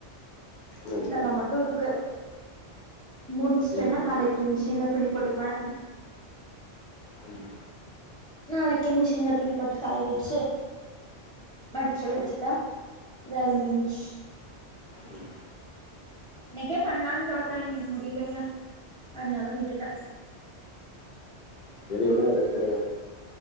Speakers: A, on the left; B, in the centre.
A: ம்
B: இதெல்லா மட்டு இருக்கு முடிச்சுட்டேன்னா
A: ம்
B: நாளைக்கு மிஷின்ல துணி போட்டுக்குவே
A: ம்
B: நாளைக்கே மிஷின்ல துணி போட்டு காய வச்சு மடிச்சு வச்சுட்டா வேலை முடிஞ்ச்
A: ம்
B: இன்னைக்கே பண்ணலான்னு பாத்தே இன்னைக்கு முடியலைங்க அதனால விட்டுட்ட
A: செரி விடுங்க ரெஸ்டெடுங்க